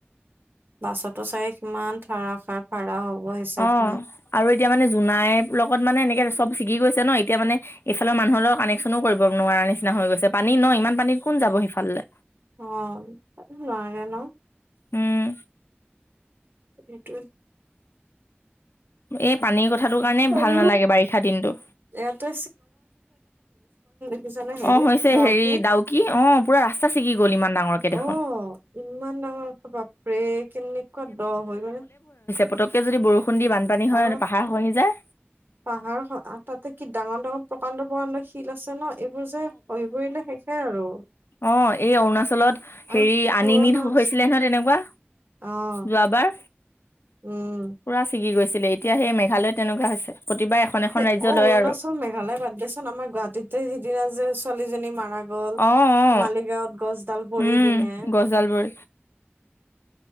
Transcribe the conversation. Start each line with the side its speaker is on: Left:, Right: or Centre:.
Right: বাছতো চাগে কিমান ধাৰাসাৰ ভাড়া হ'ব। হিচাপ
Left: অ,
Right: নাই
Left: আৰু এতিয়া মানে জোনাই লগত মানে এনেকে চব ছিগি গৈছে ন এতিয়া মানে এইফালৰ মানুহৰ লগত কানেকচনো কৰিব নোৱাৰা। নিচিনা হৈ গৈছে পানী ন ইমান পানীত কোন যাব সেইফাললে।
Right: অ, নোৱাৰে ন।
Left: উম
Right: সেইটোৱে।
Left: এই পানীৰ কথাটো কাৰণে
Right: আৰু
Left: ভাল নালাগে বাৰিষা দিনটো।
Right: ইয়াতে <unintelligible>
Left: অঁ হৈছে
Right: ডাউকীত,
Left: হেৰি ডাউকি অঁ পুৰা ৰাস্তা ছিগি গ'ল ইমান ডাঙৰকে দেখোন
Right: অ' ইমান ডাঙৰ বাপৰে কেনেকুৱা দ হয় মানে।
Left: পটকৈ যদি বৰষুণ দি বানপানী হয়
Right: অ,
Left: পাহাৰ খহি যায়
Right: পাহাৰ তাতে কি ডাঙৰ ডাঙৰ প্ৰকাণ্ড প্ৰকাণ্ড শিল আছে ন এইবোৰ যে খহি পৰিলে শেষে আৰু।
Left: অ, এই অৰুণাচলত
Right: আৰু
Left: হেৰি
Right: পুৰণা
Left: আনিনিত
Right: হৈছে
Left: হৈছিলে নহয় তেনেকুৱা।
Right: অ',
Left: যোৱাবাৰ,
Right: উম,
Left: পুৰা ছিগি গৈছিল। এতিয়া সেই মেঘালয়ত তেনেকুৱা হৈছে। প্ৰতিবাৰ এখন এখন
Right: অ,
Left: ৰাজ্য
Right: অৰুণাচল
Left: লয় আৰু
Right: মেঘালয় বাদ দেচোন আমাৰ গুৱাহাটীতে সিদিনা যে ছোৱালীজনী মাৰা গ'ল।
Left: অ অ
Right: মালিগাঁৱত গছডাল পৰি
Left: উম
Right: পিনে।
Left: গছডালবোৰ